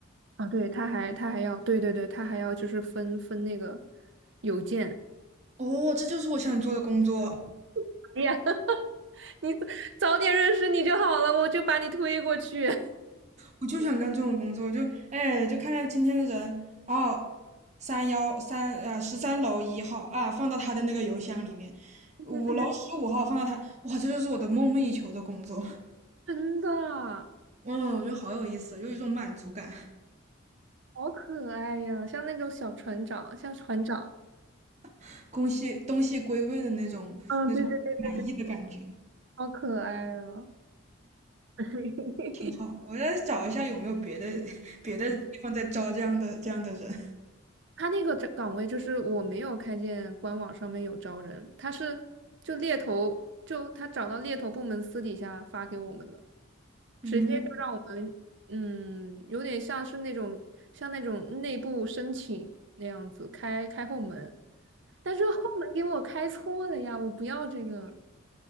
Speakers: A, on the right (about 60°); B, on the right (about 35°).
A: 啊，对，他还他还要，对对对，他还要就是分分那个邮件。
B: 哦，这就是我想做的工作，
A: <laughs> 哎呀，<laughs> 你早点认识你就好了，我就把你推过去。<laughs>
B: 我就想干这种工作，就哎，就看看今天的人哦，三幺三呃十三楼一号啊，放到他的那个邮箱里面，五楼十五号放到他，
A: 对对对，
B: 哇，这就是我的梦寐以求的工作。<laughs>
A: 真的啊，
B: 嗯，我觉得好有意思，有一种满足感，
A: 好可爱呀，像那种小船长，像船长，
B: <laughs> 东西东西归位的那种那种满意的感觉。
A: 嗯，对对对，好可爱啊。<laughs> 嘿。
B: 挺好，我再找一下有没有别的 <laughs> 别的地方在招这样的这样的人。
A: 他那个这岗位就是我没有看见官网上面有招人，他是就猎头，就他找到猎头部门私底下发给我们的，直接就让我们，
B: 嗯，
A: 嗯，有点像是那种像那种内部申请那样子开开后门，但是后门给我开错了呀，我不要这个，